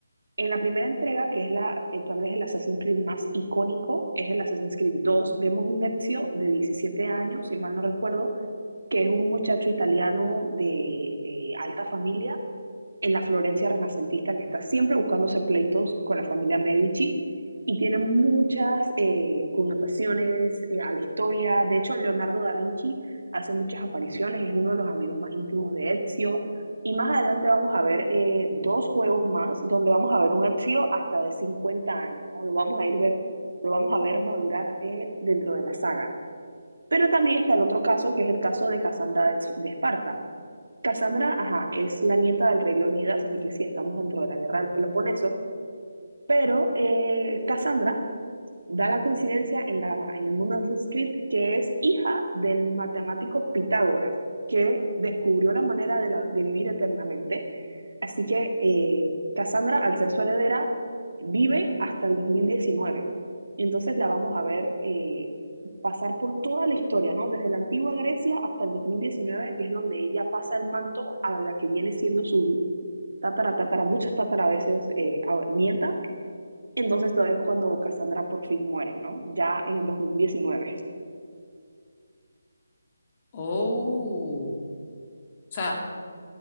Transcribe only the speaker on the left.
Oh, o sea,